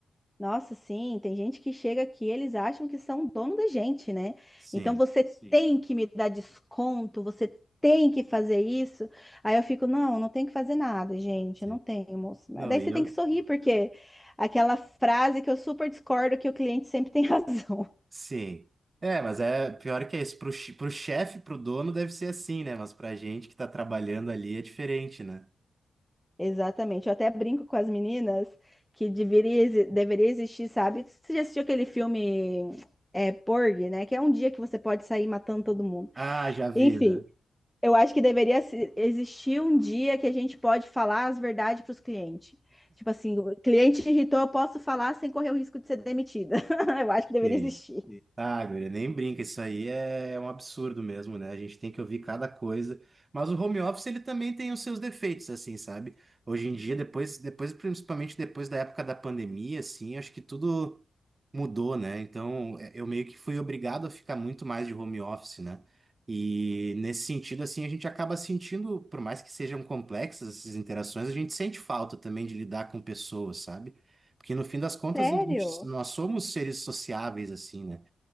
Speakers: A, in the centre; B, on the right (about 40°).
A: Nossa, sim, tem gente que chega aqui, eles acham que são dono da gente, né?
B: Sim,
A: Então você Sim. tem que me dar desconto, você tem que fazer isso. Aí eu fico, não, não tem que fazer nada, gente,
B: sim.
A: eu não tenho, moço. Mas
B: Não,
A: daí
B: e
A: você
B: eu,
A: tem que sorrir, porque aquela frase que eu super discordo que o cliente sempre tem <laughs> razão.
B: Sim. É, mas é pior que isso. Pro, che- pro chefe, pro dono, deve ser assim, né? Mas pra gente que tá trabalhando ali é diferente, né?
A: Exatamente. Eu até brinco com as meninas que deveria, exi- deveria existir, sabe? Você já assistiu aquele filme é, Porgy, né? Que é um dia que você pode sair matando todo mundo.
B: Ah, já vi,
A: Enfim.
B: né?
A: Eu acho que deveria se- existir um dia que a gente pode falar as verdades para os clientes. Tipo assim, o cliente irritou, eu posso falar sem correr o risco de ser demitida. <laughs> Eu acho que deveria
B: Sim.
A: existir.
B: Ah, guria, nem brinca, isso aí é um absurdo mesmo, né? A gente tem que ouvir cada coisa. Mas o home office, ele também tem os seus defeitos, assim, sabe? Hoje em dia, depois, depois, principalmente depois da época da pandemia, assim, acho que tudo mudou, né? Então, é- eu meio que fui obrigado a ficar muito mais de home office, né? E nesse sentido, assim, a gente acaba sentindo, por mais que sejam complexas essas interações, a gente sente falta também de lidar com pessoas, sabe? Porque no fim das contas,
A: Sério?
B: a gente- nós somos seres sociáveis, assim, né?